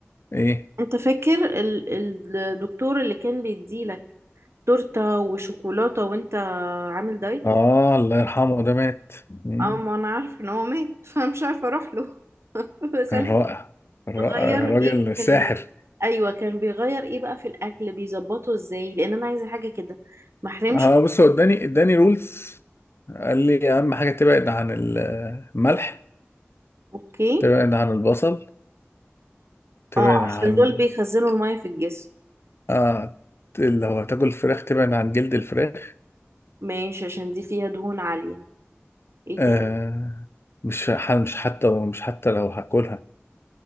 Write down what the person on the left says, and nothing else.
ايه
اه الله يرحمه ده مات مم.
كان رائع كان رائع
راجل
ساحر
اه بص هو اداني اداني رولز قال لي اهم حاجه تبعد عن الملح
تبعد عن البصل تبعد
عن
آه لو هتاكل فراخ تبعد عن جلد الفراخ
آه
مش ح- مش حتى مش حتى لو هاكلها